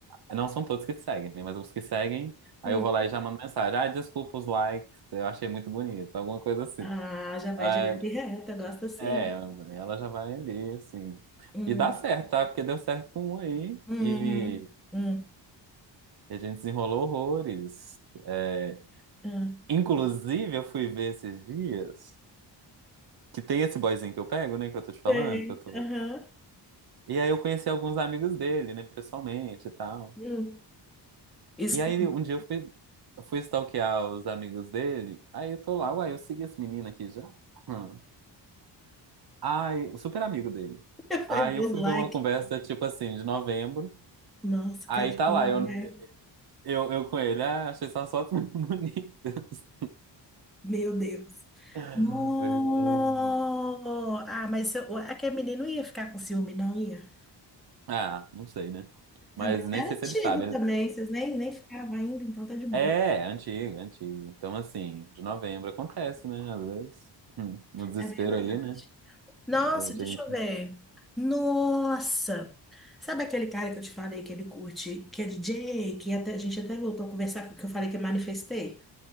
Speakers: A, on the right; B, in the centre.
A: Não são todos que seguem, né? Mas os que seguem,
B: sim.
A: aí eu vou lá e já mando mensagem. Ah, desculpa os likes, eu achei muito bonito, alguma coisa assim.
B: Ah, já vai
A: Ah,
B: direto e reto, eu gosto assim.
A: é, ela já vai ali, assim.
B: Hum,
A: E dá certo, tá? Porque deu certo com um aí.
B: hum,
A: E
B: hum,
A: a gente desenrolou horrores. É,
B: hum.
A: Inclusive, eu fui ver esses dias que tem esse boyzinho que eu pego, né? Que eu tô te falando,
B: Sei,
A: que eu tô.
B: aham.
A: E aí eu conheci alguns amigos dele, né? Pessoalmente e tal.
B: hum. Escuta,
A: E aí um dia eu fui, eu fui stalkear os amigos dele. Aí eu tô lá, uai, eu segui esse menino aqui já? Hum. Ai, o super amigo dele.
B: <laughs> foi
A: Aí
B: meu
A: eu fui
B: like.
A: ver uma conversa, tipo assim, de novembro.
B: Nossa,
A: Aí
B: cachorro,
A: tá lá, eu,
B: né?
A: eu, eu com ele, ah, achei suas fotos muito bonitas.
B: Meu Deus.
A: <laughs>
B: No!
A: Vergonha.
B: Ah, mas se eu- aquele menino ia ficar com ciúme, não ia?
A: Ah, não sei, né? Mas
B: Ah, mas
A: nem
B: era
A: sei
B: antigo
A: se ele sabe.
B: também, vocês nem, nem ficavam ainda, então tá de boa.
A: É, antiga, antiga. Então, assim, de novembro acontece, né? Às vezes, Hum, no desespero
B: É verdade.
A: ali, né?
B: Nossa,
A: A gente,
B: deixa eu ver. Nossa! Sabe aquele cara que eu te falei que ele curte, que é DJ, que até, a gente até voltou a conversar, que eu falei que eu manifestei?